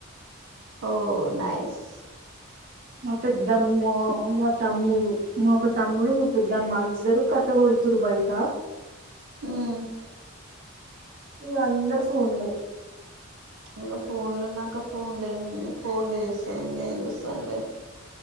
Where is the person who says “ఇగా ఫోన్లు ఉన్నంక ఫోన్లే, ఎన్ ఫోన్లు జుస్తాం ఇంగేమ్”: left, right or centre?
Right